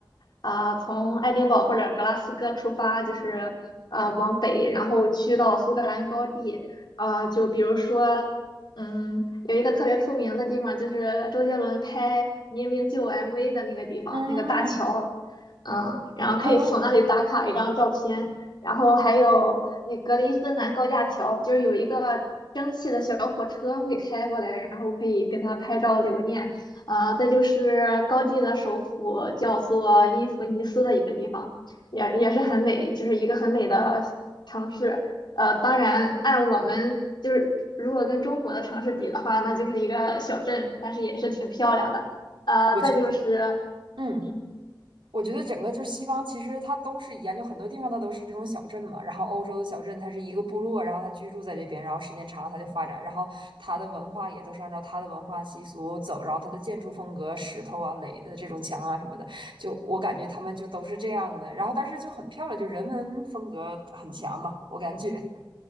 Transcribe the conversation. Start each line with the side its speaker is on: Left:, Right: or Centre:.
Left: 啊、从爱丁堡或者格拉斯哥出发，就是呃往北，然后去到苏格兰高地。啊、就比如说，嗯，有一个特别出名的地方，就是周杰伦拍《明明就》MV 的那个地方，
Right: 嗯
Left: 那个大桥。嗯，然后可以从那里打卡一张照片，
Right: 啊，
Left: 然后还有那格林芬兰高架桥，就是有一个蒸汽的小火车会开过来，然后可以跟它拍照留念。啊、再就是高地的首府叫做因弗尼斯的一个地方，也也是很美，就是一个很美的城市。呃，当然按我们就是如果跟中国的城市比的话，那就是一个小镇，但是也是挺漂亮的。
Right: 嗯，
Left: 呃，
Right: 我就
Left: 再就是。
Right: 嗯。
Left: 嗯。
Right: 我觉得整个就是西方，其实它都是一样，就很多地方它都是这种小镇嘛。然后欧洲的小镇，它是一个部落，然后它居住在这边，然后时间长了它就发展，然后它的文化也都是按照它的文化习俗走，然后它的建筑风格，石头啊垒的这种墙啊什么的，就我感觉他们就都是这样的。然后但是就很漂亮，就人文风格很强嘛，我感觉。